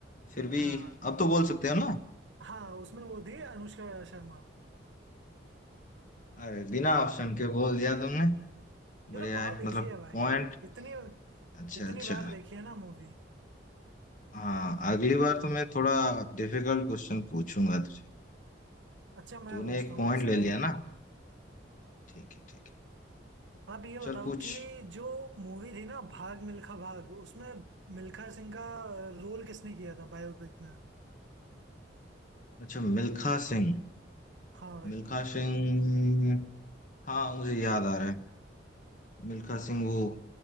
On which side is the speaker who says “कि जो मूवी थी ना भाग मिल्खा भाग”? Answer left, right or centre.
Right